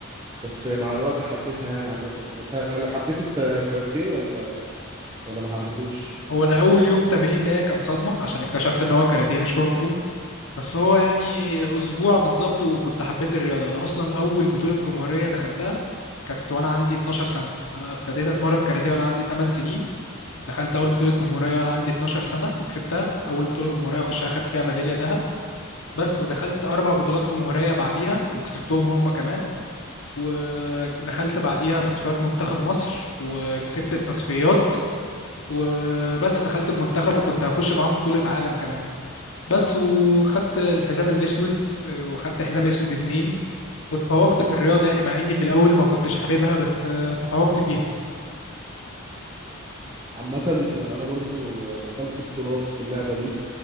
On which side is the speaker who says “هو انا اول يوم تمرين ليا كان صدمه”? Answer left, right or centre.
Left